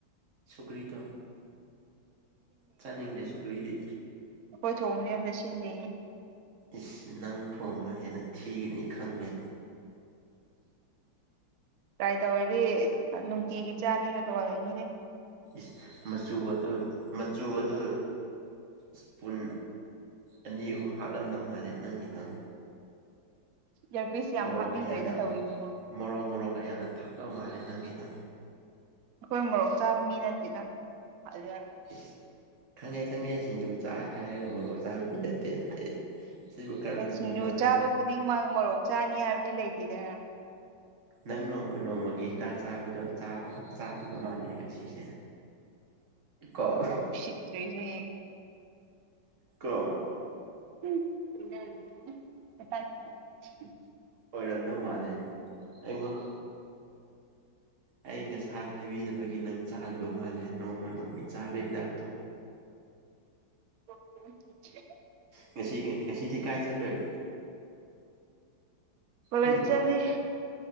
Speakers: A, on the right; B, on the right.
A: ꯁꯧꯒ꯭ꯔꯤꯗꯣ꯫ ꯆꯥꯅꯤꯡꯗꯦ ꯁꯧꯒ꯭ꯔꯤꯗꯤ꯫
B: ꯑꯈꯣꯏ ꯊꯣꯡꯕꯅꯤ ꯑꯝꯇ ꯁꯤꯟꯗꯦꯍꯦ꯫
A: ꯏꯁ ꯅꯪ ꯊꯣꯡꯕ ꯍꯦꯟꯅ ꯊꯤꯒꯅꯤ ꯈꯪꯉꯦ꯫
B: ꯇ꯭ꯔꯥꯏ ꯇꯧꯔꯗꯤ ꯅꯨꯡꯇꯤꯒꯤ ꯆꯥꯅꯤꯡꯉꯒ ꯇꯧꯔ ꯂꯩꯅꯤꯅꯦ꯫
A: ꯏꯁ ꯃꯆꯨꯒꯗꯣ ꯃꯆꯨꯒꯗꯣ ꯁ꯭ꯄꯨꯟ ꯑꯅꯤ ꯑꯍꯨꯝ ꯍꯥꯞꯂꯝꯗꯧ ꯃꯥꯜꯂꯦ ꯅꯪꯒꯤꯗꯣ꯫
B: ꯏꯌꯥꯔꯄꯤꯁ ꯌꯥꯝ
A: ꯃꯣꯔꯣꯛ
B: ꯍꯥꯞꯅꯤꯡꯒ꯭ꯔꯦꯗ
A: ꯀꯌꯥꯝ ꯌꯥꯝ
B: ꯇꯧꯔꯤꯁꯤꯕꯣ
A: ꯃꯣꯔꯣꯛ ꯃꯣꯔꯣꯛꯀ ꯌꯥꯝꯅ ꯊꯥꯛꯗꯧ ꯃꯥꯜꯂꯦ ꯅꯪꯒꯤꯗꯣ꯫
B: ꯑꯈꯣꯏ ꯃꯣꯔꯣꯛ ꯆꯥꯕ ꯃꯤ ꯅꯠꯇꯦꯗ ꯍꯥꯏꯖꯜꯂꯦ꯫
A: ꯏꯁ ꯈꯪꯉꯦ ꯈꯪꯉꯦ ꯁꯤꯡꯖꯨ ꯆꯥꯏ ꯍꯥꯏꯔꯒ ꯃꯣꯔꯣꯛ ꯆꯥꯕ ꯃꯤ ꯅꯠꯇꯦ ꯍꯥꯏ꯫ ꯁꯤꯕꯨ ꯀꯔꯝꯕ
B: ꯑꯦ ꯁꯤꯡꯖꯨ
A: ꯃꯤꯅꯣ ꯍꯥꯏꯕ꯫
B: ꯆꯥꯕ ꯈꯨꯗꯤꯡꯃꯛ ꯃꯣꯔꯣꯛ ꯆꯥꯅꯤ ꯍꯥꯏꯕꯗꯤ ꯂꯩꯇꯦꯗꯅ꯫
A: ꯅꯪ ꯅꯣꯡꯃ ꯅꯣꯡꯃꯒꯤ ꯍꯤꯗꯥꯛ ꯆꯥꯕꯗꯣ ꯆꯥ ꯆꯥꯗꯕ ꯃꯥꯜꯂꯦ ꯉꯁꯤꯁꯦ꯫ ꯀꫭ
B: ꯌꯥꯝ ꯎꯁꯤꯠꯇ꯭ꯔꯤꯁꯦ
A: ꯀꫭ
B: <inaudible>
A: ꯑꯣꯏꯔꯝꯗꯧ ꯃꯥꯜꯂꯦ ꯑꯩꯉꯣ꯫ ꯑꯩ ꯉꯁꯥꯏ ꯍꯥꯏꯕꯤꯗꯕꯒꯤ ꯅꯪ ꯆꯥꯗꯕ ꯃꯥꯜꯂꯦ ꯅꯣꯡꯃ ꯅꯣꯡꯃꯒꯤ ꯆꯥꯕ ꯍꯤꯗꯥꯛꯇꯣ꯫
B: <inaudible>
A: ꯉꯁꯤ ꯉꯁꯤꯗꯤ ꯀꯥꯏ ꯆꯠꯂꯨꯏ꯫
B: ꯀꫭꯜꯂꯦꯖ
A: ꯎꯝ
B: ꯆꯠꯂꯤ꯫